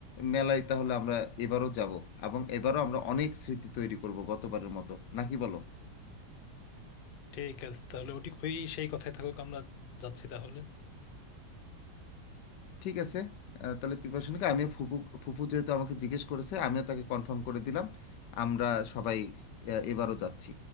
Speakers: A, on the left; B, on the left.
A: মেলায় তাহলে আমরা এবারও যাব এবং এবারও আমরা অনেক স্মৃতি তৈরি করব গতবারের মতো নাকি বলো
B: ঠিক আছে তাহলে ওটি ওই সেই কথাই থাকুক আমরা যাচ্ছি তাহলে
A: ঠিক আছে আহ, তাহলে প্রিপারেশনকে আমিও ফুপু ফুপু যেহেতু আমাকে জিজ্ঞেস করেছে আমিও তাকে কনফার্ম করে দিলাম আমরা সবাই আহ, এবারও যাচ্ছি